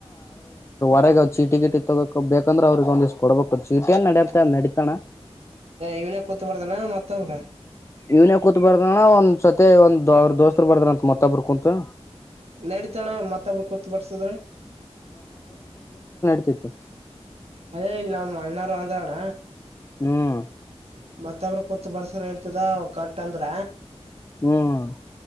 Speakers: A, on the left (about 25°); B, on the right (about 65°).
A: ಅವ್ ಚೀಟಿ ಗಟ ತಗೋಕ್ ಬೇಕಂದ್ರ ಅವ್ರಗ್ ಒಂದ ದಿವ್ ಕೊಬೇಕು ಚೀಟಿಯನ್ ನಡಿಯತೆ ನಡೀತಾ
B: ಇವ್ನ ಕೂತ್ಬಾರ್ದಾನ ಮತ್ತ ಅವ್ರ
A: ಇವ್ನ ಕೂತ್ ಬಾರ್ದಣ್ಣ ಒಂದ್ ಸತಿ ಒಂದ್ ಅವ್ರ ದೋಸ್ತರು ಬರ್ದ ಅಂತತ್ ಮತ್ತಬ್ಬರ್ ಕುಂತು
B: ನಡತಣ ಮತ್ತೊಬ್ರು ಕೂತ್ ಬರ್ಸದ್ರ
A: ಇತ್ತು
B: ಅದೇ ಇಲ್ಲ ನಮ್ಮ ಅಣ್ಣಾರ ಅಂದ್ರಣ
A: ಹ್ಮ್
B: ಮತ್ತಬ್್ರ ಮ ಬರ್ಸಾರ ಹೇಳ್ತದ ಕಟ್ ಅಂದ್ರ
A: ಹ್ಮ್